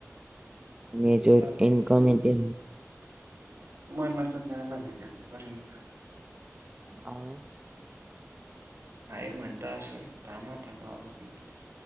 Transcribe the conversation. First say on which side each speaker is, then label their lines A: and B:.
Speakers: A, on the right; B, on the right.
A: आणि याच्या
B: एकदा वेळ
A: इनकम ये
B: मला तर न्यायला वेपर्यंत
A: आवाज
B: हाय म्हणताश थमा थमा आज